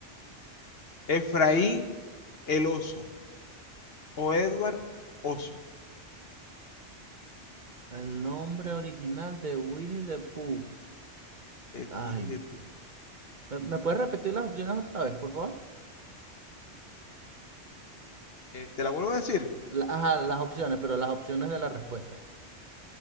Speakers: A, on the left (about 55°); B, on the right (about 45°).
A: Efraín el oso. O Edward oso.
B: El nombre original de Winnie the Pooh.
A: De
B: Ay.
A: Winnie the Pooh.
B: ¿Me, me puedes repetir las opciones otra vez, por favor?
A: Eh, te la vuelvo a decir.
B: La- ajá, las opciones, pero las opciones de la respuesta.